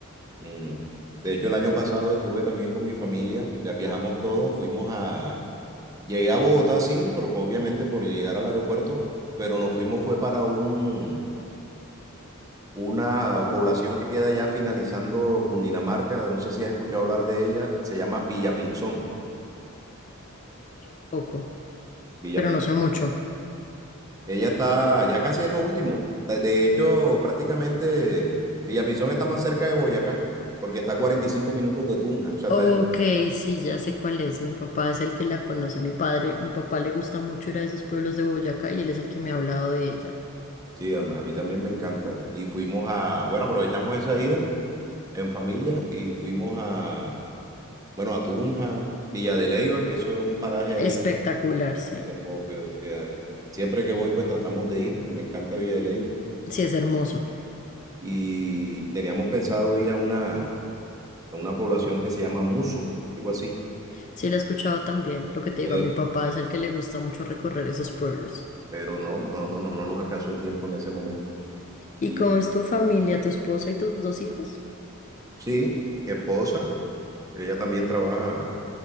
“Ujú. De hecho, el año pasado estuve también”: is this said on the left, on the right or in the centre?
Right